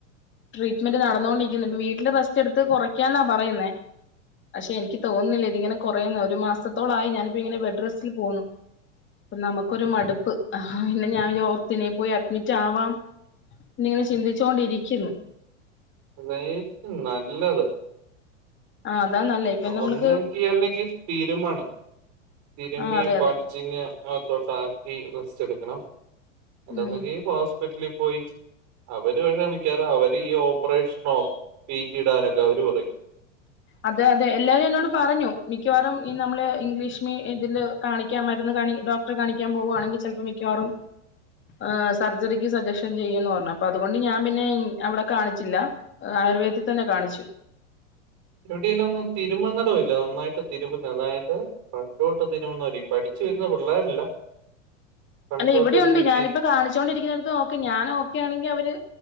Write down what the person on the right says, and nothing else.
അതായിരിക്കും നല്ലത്
ഒന്നങ്കി അല്ലങ്കി തീരുമനം തിരുമ്മിയ
ബഡ്ജിങ്
ഒകെ ഉണ്ട പത്നി റെസ്റ്റെടുക്കണം. അതൊന്നെങ്കി
ഹോസ്പിറ്റലി പോയി അവര് വ ക്ഷമിക്കാനാ അവരിയൊ കൊറേഷ്ണോ പീക്കിടാനൊക്കെ അവര് പറയും
റ്റടിനൊന്നും തിരുമ്മുന്നടവല്ലേ നന്നായിട്ട് തിരുമ്മുന്ന അതായത് പണ്ടോട്ട് തിനമൊന്നരി പഠിച്ചു വരുന്ന പിള്ളേരല്ല പണ്ടോട്ട്
ഈ
തിരു